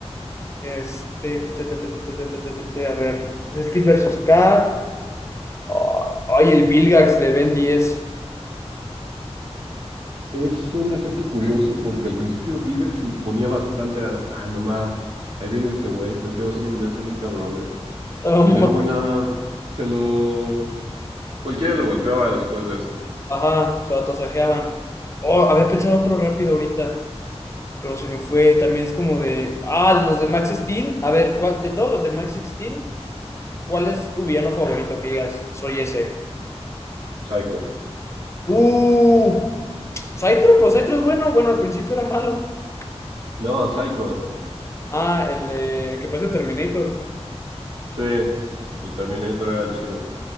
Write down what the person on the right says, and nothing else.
Es un efecto curioso porque al principio Vilgax se imponía bastante, era, de, ah, no ma, ahí viene ese güey, se ve que va a ser una amenaza bien cabrona.
Y luego
nada, se lo... Cualquiera lo golpeaba después de eso.
Psycho.
No, Psycho.
Sí, el Terminator era el chido.